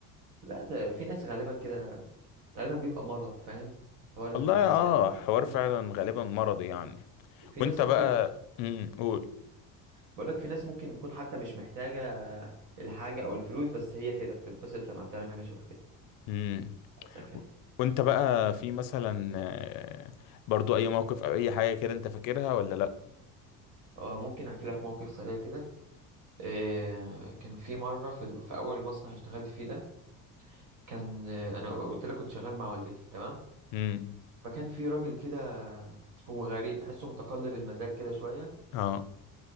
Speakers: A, on the right; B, on the left.
A: لا ده في ناس غالبا كده غالبا بيبقى مرض فاهم حوار
B: والله
A: السرقة
B: اه حوار
A: كده
B: فعلا غالبا مرضي يعني
A: في
B: وانت
A: ناس ممكن
B: بقى امم قول
A: بقولك في ناس ممكن تكون حتى مش محتاجة الحاجة أو الفلوس بس هي كده بتتبسط لما بتعمل حاجة شبه كده
B: امم
A: للأسف يعني
B: وانت بقى في مثلا آه، برضو اي موقف او اي حاجة كده انت فاكرها ولا لا
A: اه ممكن أحكي لك موقف سريع كده إيه كان في مرة في, ال... في أول مصنع اشتغلت فيه ده كان آه، أنا قلت لك كنت شغال مع والدتي تمام
B: امم
A: فكان في راجل كده هو غريب تحسه متقلب المزاج كده شوية
B: اه